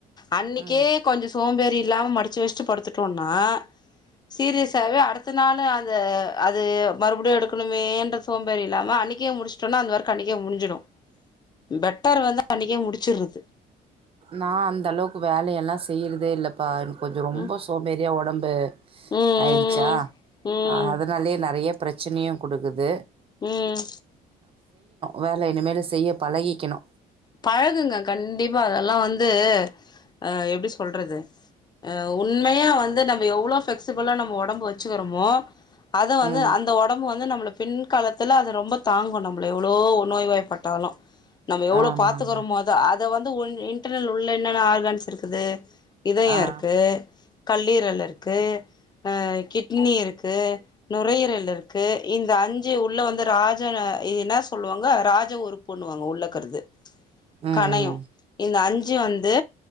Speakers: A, on the left; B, on the right.
A: அன்னிக்கே
B: ம்.
A: கொஞ்ச சோம்பேறி இல்லாம மடிச்சு வச்சுட்டு படுத்துட்டோனா சீரியஸாவே அடுத்த நாள் அந்த அது மறுபடியு எடுக்கணுமேன்றது சோம்பேறி இல்லாம அன்னிக்கயே முடிச்சுட்டோனா அந்த வொர்க்கு அன்னிக்கே முஞ்சிடு பெட்டர் வந்து அன்னைக்கே முடிச்சிருது
B: நா அந்த அளவுக்கு வேலையெல்லா செய்யறதே இல்லப்பா கொஞ்ச ரொம்ப
A: ம்
B: சோம்பேறியா உடம்பு
A: ம் ம்
B: ஆயிடுச்சா
A: ம்
B: அதனாலயே நறைய பிரச்சனையு கொடுக்குது
A: ம்
B: வேல இனிமேல் செய்ய பழகிக்கணு
A: பழகுங்க கண்டிப்பா அதல்லா வந்து அ எப்டி சொல்றது அ உண்மையா வந்து நம்ம எவ்ளோ ஃப்ளெக்ஸிபுளா நம்ம ஒடம்ப வெச்சுகறமோ அத வந்து
B: ம்.
A: அந்த ஒடம்பு வந்து நம்ம பின் காலத்துல அது ரொம்ப தாங்கு நம்பள எவ்ளோ நோய்வாய்பாட்டாலு நம்ம எவ்ளோ
B: ஆமாங்க.
A: பாத்துகறமோ அத அத வந்து உன் இன்டர்நெல் உள்ள என்னென்ன ஆர்கன்ஸ் இருக்குது இதயோ
B: ஆ.
A: இருக்கு கல்லீரல் இருக்கு ஆ கிட்னி இருக்கு குது நுரையீரல் இருக்கு இந்த அஞ்சு உள்ள வந்து ராஜன் இது என்னா சொல்லுவாங்க ரா எதாசு ஒர்க் பண்ணுவாங்க உள்ளக்கற்து
B: ம்
A: கனையு இந்த அஞ்சு வந்து